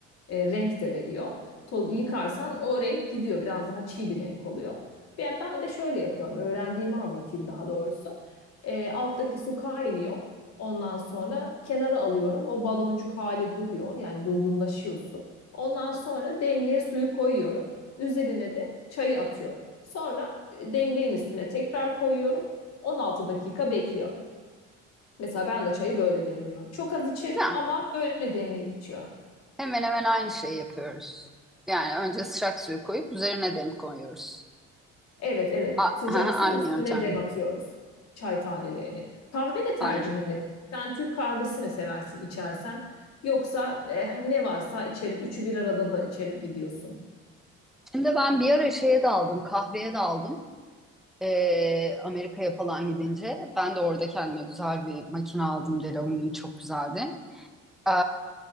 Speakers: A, on the left (about 60°); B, in the centre.
A: e, renk de veriyor. Toz, yıkarsan o renk gidiyor, biraz daha çiğ bir renk oluyor. Ben ben de şöyle yapıyorum, öğrendiğimi anlatayım daha doğrusu. E, alttaki su kaynıyor. Ondan sonra kenara alıyorum. O baloncuk hali duruyor. Yani durgunlaşıyor su. Ondan sonra demliğe suyu koyuyorum. Üzerine de çayı atıyorum. Sonra e, demliğin üstüne tekrar koyuyorum. 16 dakika bekliyorum. Mesela ben de çayı böyle demliyorum. Çok az içerim
B: Tamam.
A: ama böyle demleyip içiyorum.
B: Hemen hemen aynı şeyi yapıyoruz. Yani önce sıcak suyu koyup üzerine dem koyuyoruz.
A: Evet evet.
B: A-
A: Sıcak
B: aha, aynı
A: su üstüne
B: yöntemle.
A: dem atıyoruz. Çay tanelerini. Kahve de tercihin
B: Aynen.
A: ne peki? Sen Türk kahvesi mi seversin içersen? Yoksa e, ne varsa içerim. Üçü bir arada da içerim mi diyorsun?
B: Şimdi ben bir ara şeye daldım, kahveye daldım. Ee, Amerika'ya falan gidince. Ben de orada kendime güzel bir makine aldım. Delonghi çok güzeldi. Ee,